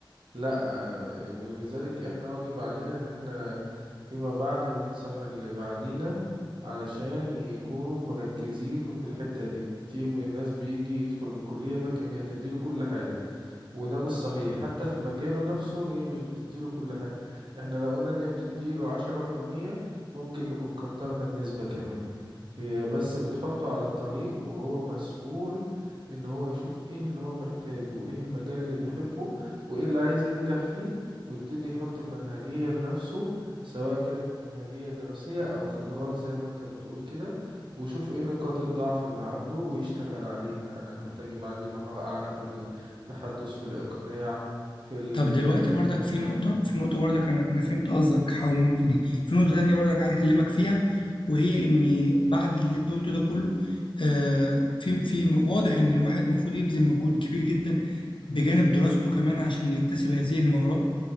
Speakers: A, on the right; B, on the left.
A: لا آه، ولذلك احنا واجب علينا ان احنا فيما بعد ننصح اللي بعدينا علشان يكونوا مركزين في الحتة دي كتير من الناس بيجي يدخل الكلية فاكر ان هتديله كل حاجة وده مش صحيح حتى في مجاله نفسه هي مش بتديله كل حاجة احنا لو قلنا ان هي بتديله عشرة في المية ممكن نكون كترنا النسبة كمان هي بس بتحطه على الطريق وهو مسؤول ان هو يشوف ايه اللي هو محتاجه ايه المجال اللي بيحبه وايه اللي عايز ينجح فيه ويبتدي يحط منهجية لنفسه سواء كانت منهجية دراسية او خبرات زي ما انت بتقول كده ويشوف ايه نقاط الضعف اللي عنده ويشتغل عليها انا محتاج يبقى عندي مهارة اعلى في تحدث في الإقناع في ال
B: طب دلوقتي برضك
A: في الكلام
B: في نقطة في نقطة برضك أنا أنا فهمت قصدك حوالين النقطة دي في نقطة تانية برضك عايز أكلمك فيها وهي إن بعد اللي أنت قلته ده كله آه، في في واضح إن الواحد المفروض يبذل مجهود كبير جدا بجانب دراسته كمان عشان يكتسب هذه المهارات